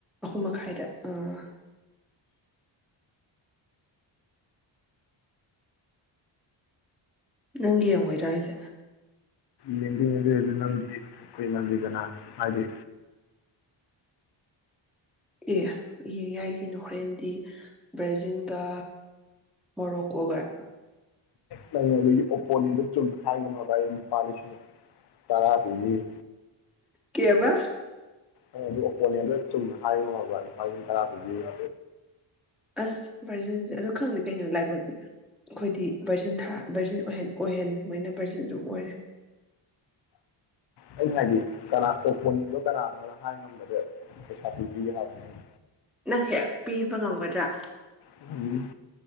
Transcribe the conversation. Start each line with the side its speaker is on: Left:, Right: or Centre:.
Centre: ꯃꯈꯥꯏꯗ ꯑꯥ ꯅꯪꯒꯤ ꯌꯦꯡꯉꯣꯏꯗ꯭ꯔꯥ ꯍꯥꯏꯁꯦ
Left: ꯌꯦꯡꯗꯦ ꯌꯦꯡꯗꯦ ꯅꯪꯗꯤ ꯀꯨꯏꯃꯜꯂꯤꯗꯅ ꯍꯥꯏꯗꯤ
Centre: ꯑꯦ ꯌꯦꯡ ꯌꯥꯏ ꯀꯩꯅꯣ ꯍꯣꯔꯦꯟꯗꯤ ꯕ꯭ꯔꯥꯖꯤꯜꯒ ꯃꯣꯔꯣꯛꯀꯣꯒꯔ
Left: ꯅ ꯑꯗꯨꯒꯤ ꯑꯣꯄꯣꯅꯦꯟꯗꯣ ꯆꯨꯝꯅ ꯍꯥꯏꯉꯝꯕꯗ ꯑꯩ ꯅꯨꯄꯥ ꯂꯤꯁꯤꯡ ꯇꯔꯥ ꯄꯤꯕꯤꯒꯦ
Centre: ꯀꯦꯕ
Left: ꯑꯗꯨ ꯑꯣꯄꯣꯅꯦꯟꯗꯨ ꯆꯨꯝꯅ ꯍꯥꯏꯉꯝꯃꯕ ꯂꯨꯄꯥ ꯇꯔꯥ ꯄꯤꯕꯤꯒꯦ
Centre: ꯑꯁ ꯚꯥꯔꯖꯤꯟꯁꯦ ꯑꯗꯨ ꯈꯪꯗꯦ ꯀꯩꯅꯣ ꯂꯥꯏꯕꯁꯤ ꯑꯩꯈꯣꯏꯗꯤ ꯚꯥꯔꯖꯤꯟ ꯊꯥ ꯚꯥꯔꯖꯤꯟ ꯑꯣꯏꯍꯟꯅꯤꯡꯕꯅ ꯚꯥꯔꯖꯤꯟ ꯑꯗꯨꯝ ꯑꯣꯏꯔꯦ
Left: ꯑꯩꯅ ꯍꯥꯏꯗꯤ ꯀꯅꯥ ꯀ ꯑꯣꯄꯣꯅꯦꯟꯗꯣ ꯀꯅꯥꯅꯣꯅ ꯍꯥꯏ ꯉꯝꯕꯗ ꯄꯩꯁꯥ ꯄꯤꯕꯤꯒꯦ ꯍꯥꯏꯕꯅꯦ
Centre: ꯅꯪ ꯍꯦꯛ ꯄꯤꯕ ꯉꯝꯒꯗ꯭ꯔꯥ
Left: ꯎꯝ